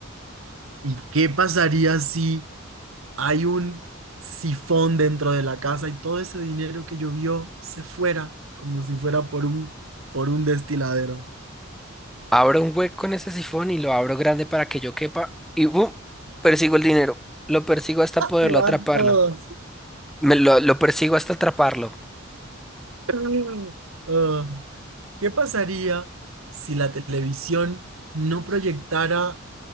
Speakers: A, on the right; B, in the centre.
A: y qué pasaría si hay un sifón dentro de la casa y todo ese dinero que llovió se fuera como si fuera por un, por un destiladero?
B: Abro un hueco en ese sifón y lo abro grande para que yo quepa y ¡bum! Persigo el dinero. Lo persigo hasta poderlo
A: Se van
B: atraparlo.
A: todos.
B: Me lo, lo persigo hasta atraparlo.
A: <laughs> Ah. ¿Qué pasaría si la televisión no proyectara